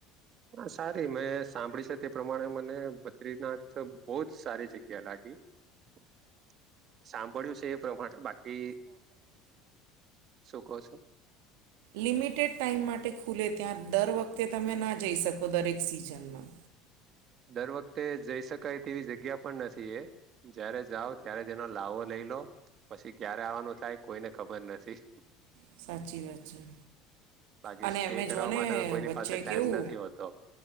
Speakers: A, on the right; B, on the right.
A: હ સારી મેં સાંભળી છે, તે પ્રમાણે મને બદ્રીનાથ બહ જ સારી જગ્યા લાગી. <inaudible> સાંભળ્યું છે, એ પ્રમાણે બાકી શું કહો છો. <inaudible>
B: લિમિટેડ ટાઈમ માટે ખુલે ત્યાં દર વખતે તમે ના જઈ શકો દરેક સિઝનમા
A: દર વખતે જઈ શકાય તેવી જગ્યા પણ નથી એ જયારે જાાવ ત્યારે, તે એનો લાવો લઈ લો પછી ક્યારે આવવાનું થાય કોઈને ખબર નથી.
B: સાચી સાચી
A: બાકી
B: અને
A: સ્ટે
B: એમે
A: કરવા
B: જોને
A: માટે તો કોઈની
B: વચ્ચે
A: પાસે ટાઈમ
B: કેવુ
A: નથી હોતો